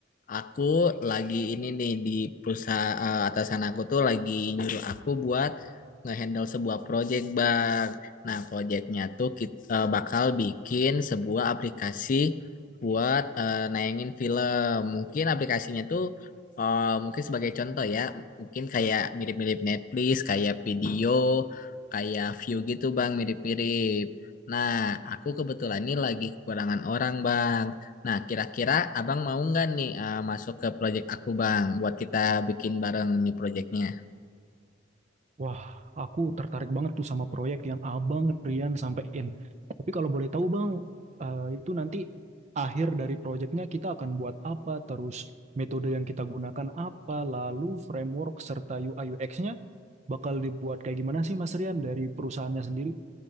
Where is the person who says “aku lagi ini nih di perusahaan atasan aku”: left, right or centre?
Left